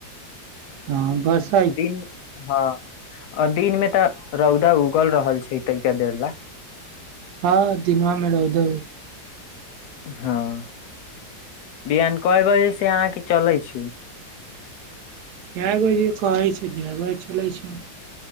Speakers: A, on the right; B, on the left.
A: हँ बस
B: दिन हँ दिन में तऽ रौदा उगल रहल छै तैाके देर ला
A: हँ दिनमा मे रउध उ
B: हँ बिहान कएय बजे से अहाँके चलै छी
A: जय बजे कहै छै जय बजे चलैत छै